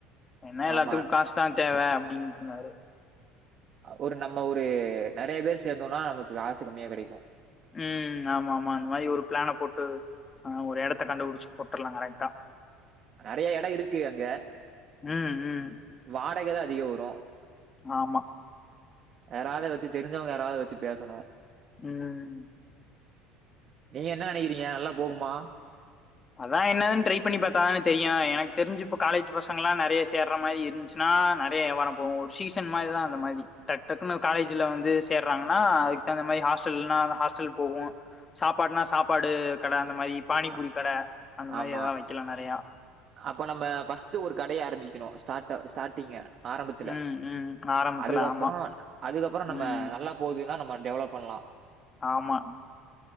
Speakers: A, on the left; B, on the right.
A: என்ன எல்லாத்துக்கு
B: ஆமா.
A: காசுதா தேவ அப்புடின்ட்டு இருந்தாரு
B: ஒரு நம்ம ஒரு நெறைய பேர் சேந்தோனா நமக்கு காசு கம்மியா கெடைக்கு
A: ம் ஆமா ஆமா அந்த மாரி ஒரு பிளானப் போட்டு ஆ ஒரு எடத்த கண்டுபுடுச்சு போட்டுருலா கரெக்டா
B: நெறைய எடோ இருக்கு அங்க
A: ம் ம்
B: வாடகதா அதிகோ வரு
A: ஆமா
B: யாராவது வெச்சு தெரிஞ்சவங்க யாராவது வச்சு பேசனு
A: ம்
B: நீங்க என்ன நினைக்கிறீங்க நல்லா போகுமா
A: அதா என்னதுன்னு ட்ரை பண்ணி பத்தாதான தெரியு எனக்கு தெரிஞ்சு இப்போ காலேஜ் பசங்கலா நெறைய சேர்ர மாரி இருந்ச்சு னா நெறைய யாவாரோ போகு ஒரு சீசன் மாரிதா அந்த மாரி டக்கு டக்குன்னு காலேஜ்ல வந்து சேர்றாங்கன்னா அதுக்கு தகுந்தமாரி ஹாஸ்டல்லான்னா ஹாஸ்டல் போகு சாப்பாடுனா சாப்பாடு கட அந்த மாரி பானிபூரி
B: அ
A: கட அந்த மாரி
B: ஆமா.
A: ஏதாவ வெக்கலா நெறையா
B: அப்ப நம்ம பர்ஸ்ட் ஒரு கடைய ஆரம்பிக்கணு ஸ்டார்ட ஸ்டார்ட்டிங்கா ஆரம்பத்துல
A: ம் ம் ஆரம்பத்துல
B: அதுக்கப்புறோ
A: ஆமா
B: அதுக்கப்புறோ நம்ம
A: ம்
B: நல்லா போதுன்னா நம்ம டெவலப் பண்ணலா
A: ஆமா